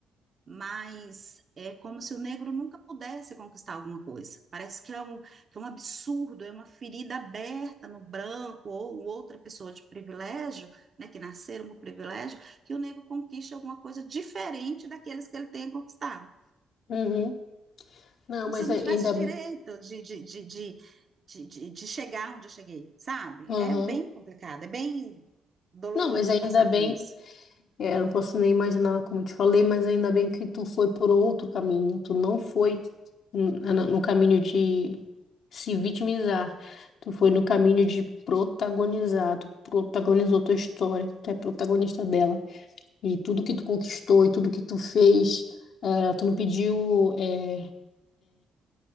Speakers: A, on the right (about 40°); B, on the left (about 65°).
A: mas é como se o negro nunca pudesse conquistar alguma coisa. Parece que é um, que é um absurdo, é uma ferida aberta no branco ou outra pessoa de privilégio, né, que nasceram com privilégio, que o negro conquiste alguma coisa diferente daqueles que ele tem conquistado.
B: Uhum. Não,
A: Como
B: mas
A: se eu não
B: ainda,
A: tivesse direito de, de, de, de, de, de- de chegar onde eu cheguei, sabe?
B: Aham.
A: É bem complicado, é bem doloroso
B: Não, mas ainda
A: passar
B: bem,
A: por isso.
B: É, eu não posso nem imaginar como eu te falei, mas ainda bem que tu foi por outro caminho. Tu não foi n- na- no caminho de se vitimizar. Tu foi no caminho de protagonizar. Tu protagonizou tua história. Tu é protagonista dela. E tudo que tu conquistou e tudo que tu fez, eh, tu não pediu, eh,